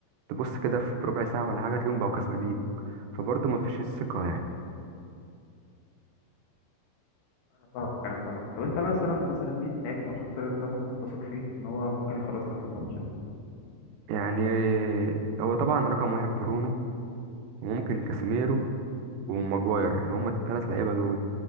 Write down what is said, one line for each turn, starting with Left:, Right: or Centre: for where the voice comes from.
Right: تبص كده في ربع ساعه ولا حاجه تلاقيهم بقوا كسبانين فبرضه مفيش الثقه يعني
Left: أنا فاهمك أنا فاهمك طب أنت مثلا مثلا مين لعيب مانشستر أنت ممكن تثق فيه إن هو ممكن يخلص لك الماتش
Right: يعني هو طبعا رقم واحد برونو وممكن كاسيميرو وماجواير يعني هما التلات لعيبة دول